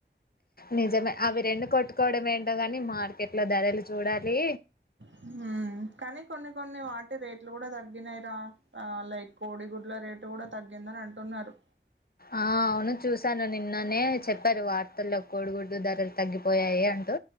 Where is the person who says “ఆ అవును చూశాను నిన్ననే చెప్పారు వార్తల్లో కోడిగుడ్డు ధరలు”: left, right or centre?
Left